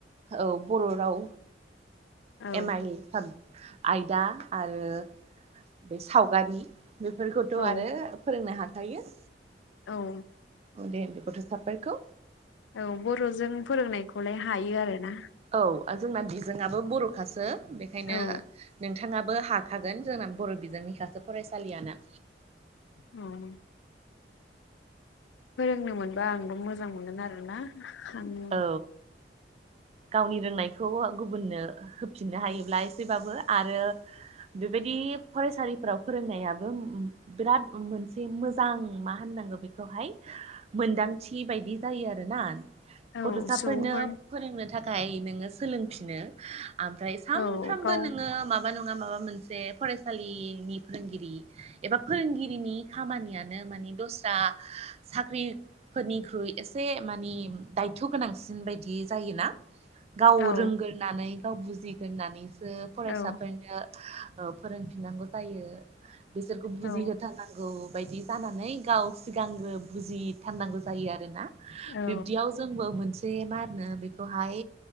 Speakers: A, on the right; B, on the left.
A: औ बर' राव
B: औ
A: एम आइल आयदा आरो बे सावगारि बेफोरखौथ'
B: औ
A: आरो फोरोंनो हाखायो।
B: औ
A: उन्दै उन्दै गथ'साफोरखौ।
B: औ बर'जों फोरोंनायखौलाय हायो आरो ना।
A: औ जोंना बिजोंआो बर'खासो बेखायनो
B: औ
A: नोंथाङाबो हा थागोन जोंना बर' बिजोंनि साससे फरायसालियानो।
B: औ फोरोंनो मोनबा आंबो मोजां मोनगोन आरोना। <inaudible>
A: औ। गावनि रोंनायखौ गुबुननो होफिननो हायोब्ला एसेबाबो आरो। बेबायदि फरायसालिफोराव फोरोंनायाबो। बिराद मोनसे मोजां मा होननांगौ बेखौहाय मोनदांथि बायदि जायो आरोना
B: औ
A: गथ'साफोरनो
B: सुबुंफोर
A: फोरोंनो थाखाय नोङो सोलोंफिनो आमफ्राय सानफ्रामबो
B: औ गाव
A: नोङो मा मा नङा माबा मोनसे फरायसालिनि फोरोंगिरि एबा फोरोंगिरिनि खामानि यानो मान दस्रा साख्रिफोरनिख्रुइ एसे माने दायथ' गोनांसिन बायदि जायोना गाव
B: औ
A: रोंगोरनानै गाव बुजिगोरनानै फरायसाफोरनो
B: औ
A: फोरोंफिननांगौ जायो बिसोरखौ बुजिहोनांगौ
B: औ
A: नांगौ बायदि जानानै गाव सिगांग्रो बुजिथारनांगौ जायो आरो ना।
B: औ
A: बिब्दियाव जोंबो मोनसे मा होनो बेखौहाय।